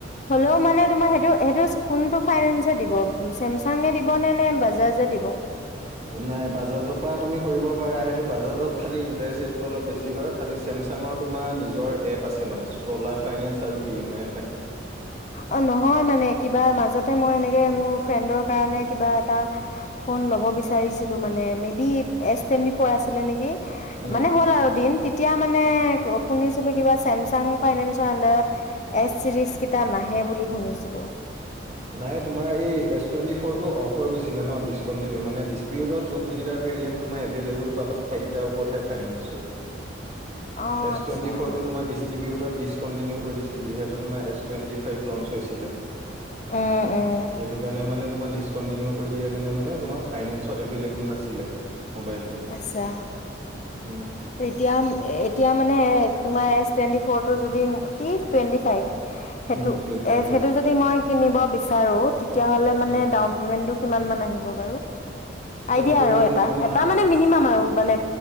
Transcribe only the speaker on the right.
নাই বাজাজৰ পৰা তুমি কৰিব পাৰা সেইতো বাজাজত খালি ইন্টাৰেষ্ট ৰেটটো অলপ বেছি হয়। খালি চেমচাংৰ তোমাৰ নিজৰ এপ আছে মানে, চৌলাফাইনেন্স আৰু ডিএমাইফাইনেন্স।
উম,
নাই তোমাৰ এই এছ টুয়েন্টি ফৰটো অফ হৈ গৈছিলে ন' ডিচকন্টিনিউ মানে দিষ্ট্ৰিবিউটৰত যোনকেইটা ভেৰিয়েণ্ট এভেইলেভেল পাবা সেইকেইটাৰ ওপৰত হে ফাইনেন্স ও হয়
এছ
টুয়েন্টি ফৰটো তোমাৰ দিষ্ট্ৰিবিউটৰত দিছ কন্টিনিউ কৰি দিছিলে যিহেতু তোমাৰ এছ টুয়েন্টি ফাইভ লঞ্চ হৈছিলে
সেইটো কাৰণে মানে তোমাৰ ডিচকণ্টিনিউ কৰি দিয়াৰ কাৰণে মানে তোমাৰ ফাইনেন্সত এভেইলেভেল নাছিলে মোবাইলটো
উম
উম টুৱেন্টি
ফাইভ
উম
ডাউন পেমেন্ট
তোমাৰ